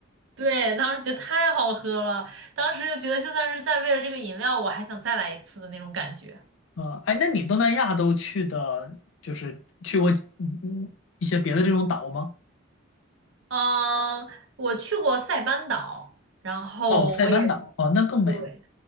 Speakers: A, on the right; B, on the left.
A: 对，当时觉得太好喝了，当时就觉得就算是再为了这个饮料，我还想再来一次的那种感觉。
B: 啊。哎，那你东南亚都去的，就是去过嗯嗯一些别的这种岛吗？
A: 嗯，我去过塞班岛，然后我也
B: 哦，塞班岛哦，那更美了。
A: 对